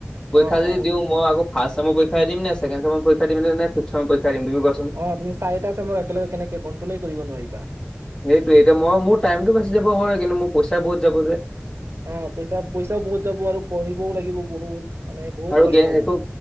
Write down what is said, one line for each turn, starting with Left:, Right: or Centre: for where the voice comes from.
Left: পৰীক্ষা
Right: অ',
Left: যদি
Right: অ'।
Left: দিওঁ মই আকৌ ফাচ ছেমৰ পৰীক্ষা দিম নে, ছেকেন ছেমৰ পৰীক্ষা দিম, নে দিম তুমি কোৱাচোন?
Right: অ তুমি চাৰিটা ছেম একেলগে কেনেকে কণ্ট্ৰলেই কৰিব নোৱাৰিবা।
Left: সেইটোয়ে এতিয়া মই মোৰ টাইমতটো বাচি যাব হয়। কিন্তু মোৰ পইচা বহুত যাব যে।
Right: অ পইচা পইচাও বহুত যাব আৰু পঢ়িবও লাগিব বহুত। মানে বহুত
Left: আৰু
Right: কষ্ট
Left: গ
Right: হ'ব।
Left: একো